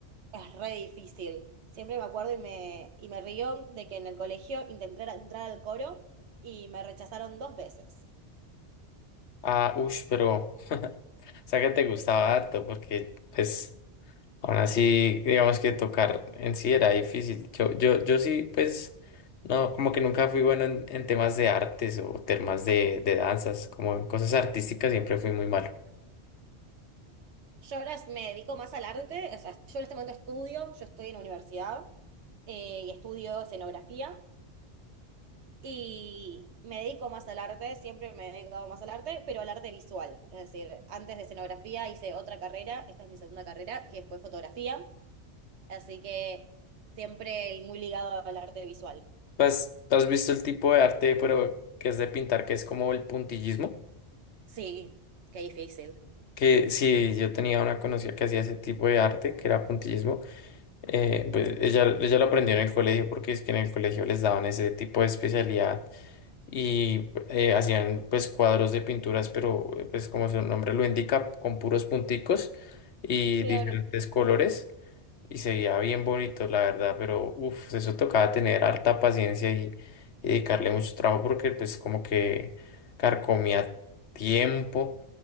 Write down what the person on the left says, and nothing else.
Ah, uff, pero, <laughs> o sea que te gustaba harto, porque, pues, aún así, digamos que tocar en sí era difícil. Yo, yo, yo sí, pues, no, como que nunca fui bueno en, en temas de artes o temas de, de danzas, como en cosas artísticas siempre fui muy malo.
¿Tú ¿Has, tú has visto el tipo de arte, pero que es de pintar, que es como el puntillismo?
Que sí, yo tenía una conocida que hacía ese tipo de arte, que era puntillismo. Eh, pues ella, ella lo aprendió en el colegio porque es que en el colegio les daban ese tipo de especialidad y eh, hacían pues cuadros de pinturas, pero eh, pues como su nombre lo indica, con puros punticos y
diferentes colores y se veía bien bonito, la verdad, pero uff, eso tocaba tener harta paciencia y, y dedicarle mucho trabajo porque pues como que carcomía tiempo